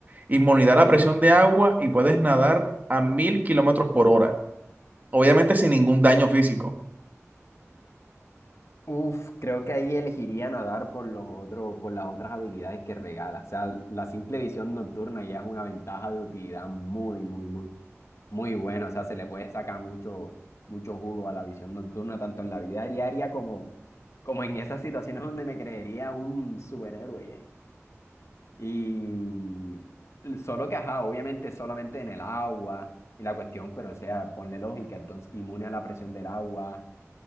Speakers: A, on the right (about 35°); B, on the left (about 65°).
A: inmunidad a la presión de agua y puedes nadar a 1000 kilómetros por hora. Obviamente sin ningún daño físico.
B: Uf, creo que ahí elegiría nadar por los otros, por las otras habilidades que regala. O sea, la simple visión nocturna ya es una ventaja de utilidad muy, muy, muy. muy bueno, o sea, se le puede sacar mucho, mucho jugo a la visión nocturna, tanto en la vida diaria como, como en esas situaciones donde me creería un superhéroe. ya. Y solo que, ajá, obviamente solamente en el agua y la cuestión, pero o sea, ponle lógica, entonces inmune a la presión del agua.